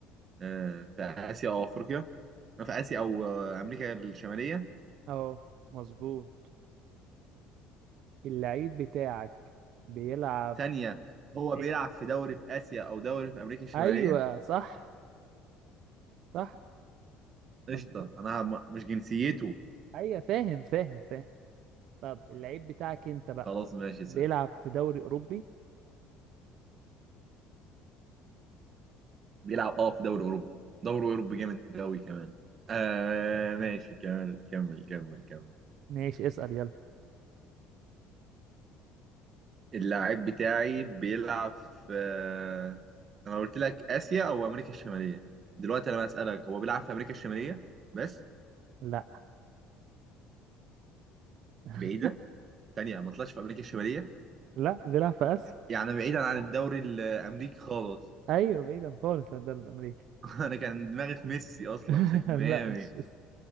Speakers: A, on the right (about 35°); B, on the right (about 55°).
A: آه، في اسيا او افريقيا في اسيا او آه، امريكا الشمالية
B: اه مظبوط اللعيب بتاعك بيلعب
A: ثانية هو
B: إيه؟
A: بيلعب في دوري في آسيا أو دوري في أمريكا الشمالية
B: ايوه صح صح
A: قشطة
B: مظبوط
A: أنا هم- مش جنسيته
B: ايوه فاهم فاهم فاهم طب اللعيب بتاعك انت بقى
A: خلاص ماشي سهل.
B: بيلعب في دوري اوروبي
A: بيلعب أه في دوري أوروبا دوري أوروبي جامد أوي كمان آه
B: أوكي.
A: ماشي كمل كمل كمل كمل
B: ماشي اسأل يلا
A: اللاعب بتاعي بيلعب في آه، أنا قلت لك آسيا أو أمريكا الشمالية دلوقتي أنا بسألك هو بيلعب في أمريكا الشمالية بس
B: لا <laughs>
A: بعيدة ثانية ما طلعش في أمريكا الشمالية
B: لا بيلعب في اسيا
A: يعني بعيدا عن الدوري الأمريكي خالص
B: ايوه بعيدا خالص عن الدوري الامريكي
A: <laughs> أنا كان دماغي في ميسي أصلا
B: <laughs>
A: في ميامي
B: لا مش اسم.